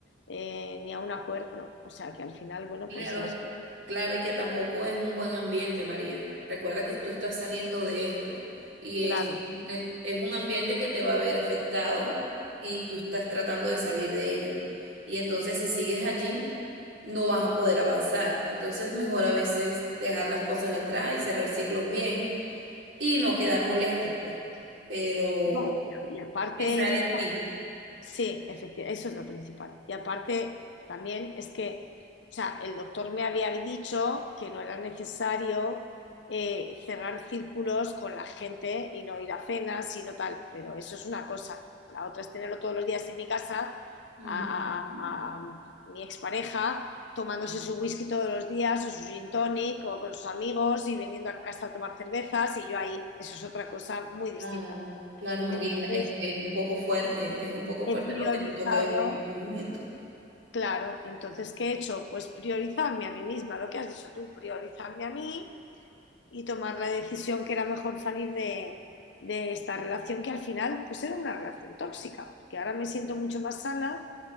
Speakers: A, on the left (about 85°); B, on the right (about 85°).
A: eh, ni a un acuerdo. O sea que al final, bueno,
B: Claro,
A: pues las...
B: claro, y que tampoco es un buen ambiente, María. Recuerda que tú estás saliendo de esto y
A: Claro.
B: es, es, es un ambiente que te va a ver afectado y tú estás tratando de salir de ello. Y entonces si sigues allí, no vas a poder avanzar. Entonces mejor a veces dejar las cosas atrás y cerrar ciclos bien y no quedar molestos, pues. Pero
A: No, y aparte,
B: pensar
A: Jessica,
B: en ti.
A: Sí, efectivamente, eso es lo principal. Y aparte, también es que, o sea, el doctor me había dicho que no era necesario eh, cerrar círculos con la gente y no ir a cenas y no tal, pero eso es una cosa. La otra es tenerlo todos los días en mi casa,
B: Ujú.
A: a, a- a mi expareja tomándose su whisky todos los días o su gin tonic o con sus amigos y viniendo a casa a tomar cervezas y yo ahí, eso es otra cosa muy
B: Claro,
A: distinta.
B: claro, María,
A: Entonces,
B: es, es un poco fuerte, es un poco
A: he
B: fuerte
A: priorizado.
B: lo que te toca vivir en estos momentos.
A: Claro, entonces, ¿qué he hecho? Pues priorizarme a mí misma, lo que has dicho tú, priorizarme a mí y tomar la decisión que era mejor salir de, de esta relación que al final pues era una relación tóxica, porque ahora me siento mucho más sana